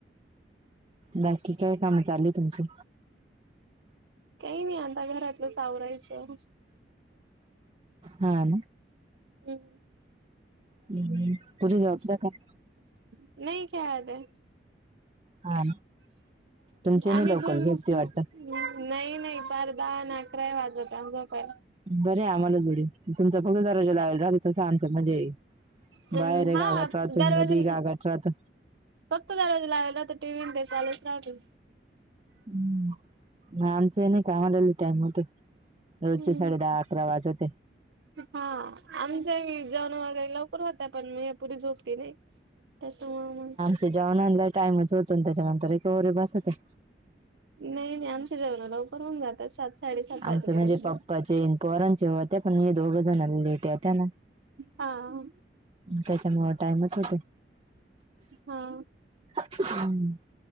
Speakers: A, on the right (about 30°); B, on the right (about 85°).
A: बाकी काय कामं चाली तुमचं?
B: काही नाही आता घरातलचं सावरायचं.
A: हा ना.
B: हम्म.
A: हम्म.
B: <inaudible>
A: पुरी जॉबला का
B: नाही क्यादर
A: हा तुमचे नाही
B: आम्ही
A: लवकर झोपती वाटतं.
B: <unintelligible>
A: बरे आम्हाला जरी तुमचा <unintelligible> दरवाजा लायल राहल तसं आमचं म्हणजे
B: अं
A: बाहेर आहे
B: हा
A: गा गटरात
B: दरवाजा
A: मधी गा गटरात
B: फक्त दरवाजा लावायला राहतं टीव्ही ते चालूच राहिते.
A: हम्म. आमचे नाही कामाला लई टाइम होते रोजचे
B: हम्म
A: साडे दहा अकरा वाजते.
B: हा आमचा वी जेवण वगैरे लवकर होते पण म यापरी झोपते नाही. <unintelligible>
A: से जेवण आणला टाइम होतो त्याच्यानंतर एक वरे बसत हाय.
B: नाही नाही आमच्या जेवणं लवकर होऊन जातात सात साडेसात वाजेपर्यंत.
A: आमचं म्हणजे पप्पाचे पोरांचे होत्या पण दोघं जण लेट येत्या ना.
B: हां.
A: त्याच्यामुळे टाइमच होते.
B: हा.
A: हम्म.